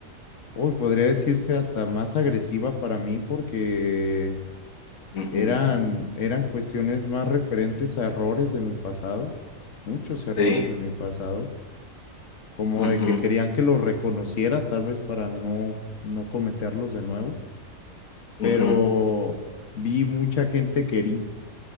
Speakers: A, on the left (about 65°); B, on the left (about 85°).
A: hoy podría decirse hasta más agresiva para mí porque
B: mhm,
A: eran, eran cuestiones más referentes a errores de mi pasado, muchos errores
B: sí.
A: de mi pasado, como
B: mhm,
A: de que querían que los reconociera tal vez para no, no cometerlos de nuevo, pero
B: mhm.
A: vi mucha gente que herí.